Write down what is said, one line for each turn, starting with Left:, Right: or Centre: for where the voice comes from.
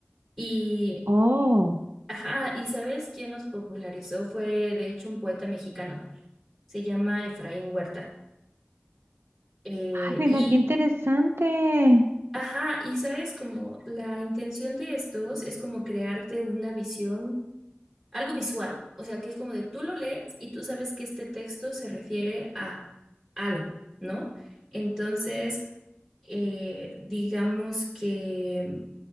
Centre: Y,
Right: Oh.
Centre: ajá, ¿y sabes quién nos popularizó? Fue, de hecho, un poeta mexicano. Se llama Efraín Huerta. Eh,
Right: Ay, mira,
Centre: y,
Right: qué interesante.
Centre: ajá, y sabes, como la intención de estos es como crearte una visión. algo visual, o sea, que es como de tú lo lees y tú sabes que este texto se refiere a algo, ¿no? Entonces, eh, digamos que